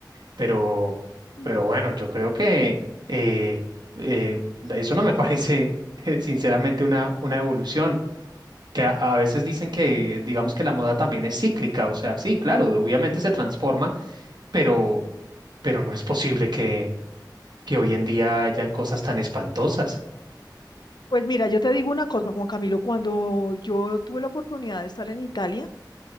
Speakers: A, on the right; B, on the left.
A: pero,
B: Mm.
A: pero bueno, yo creo que eh, eh, eso no me parece, <laughs> sinceramente, una, una evolución que a, a veces dicen que, digamos que la moda también es cíclica, o sea, sí, claro, obviamente se transforma, pero, pero no es posible que, que hoy en día hayan cosas tan espantosas.
B: Pues mira, yo te digo una cosa, Juan Camilo, cuando yo tuve la oportunidad de estar en Italia,